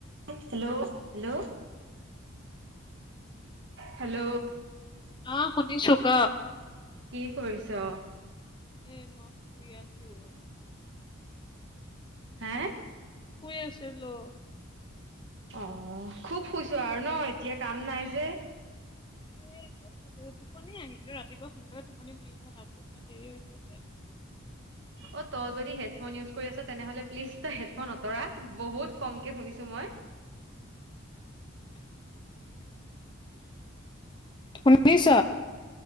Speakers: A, on the right (about 60°); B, on the left (about 25°).
A: Hello hello hello
B: অ শুনিছো ক
A: কি কৰিছ
B: এ মই শুই আছিলো
A: হা
B: শুই আছিলো
A: অ খুব শুইছো আৰু ন এতিয়া কাম নাই যে
B: এ টোপনি আহি গল ৰাতিপুৱা সোনকালে টোপনি ভাগিব ৰাতিও হোৱা দেৰি হৈছে যে
A: অ তই যদি হেডফোন ইউজ কৰি আছ তেনেহলে প্লিজ তই হেডফোন আঁতৰা বহুত কমকে শুনিছো মই
B: ঊনৈছ